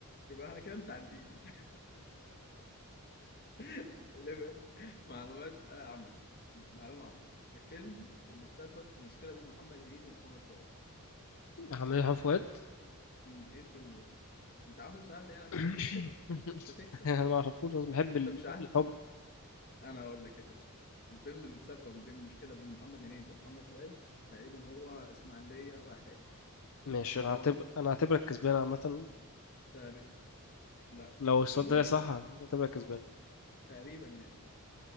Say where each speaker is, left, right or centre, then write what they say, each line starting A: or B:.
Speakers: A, on the left (about 45°); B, on the left (about 65°).
A: يبقى احنا كده متعادلين <laughs> خلي بالك معلومات عامة معلومة عامة الفيلم اللي تسبب في مشكلة بين محمد هنيدي ومحمد فؤاد
B: محمد حب فؤاد
A: امم ايه الفيلم ده؟ انت عامله سهل يعني عشان
B: <coughs>
A: عايز تكسب؟ مش هتكسب
B: انا ما اعرفوش أصلاً
A: <laughs>
B: بحب
A: انت
B: ال-
A: مش عارف
B: الحب
A: انا هقول لك يا باشا الفيلم اللي تسبب بين مشكلة بين محمد هنيدي ومحمد فؤاد تقريبا هو اسماعيلية رايح جاي
B: ماشي
A: اللي
B: انا
A: هو
B: هعتبر انا هعتبرك كسبان عامة
A: تقريبا لا
B: لو
A: طب
B: السؤال
A: شوف
B: ده
A: بقى،
B: صح هعتبرك كسبان
A: تقريبا يعني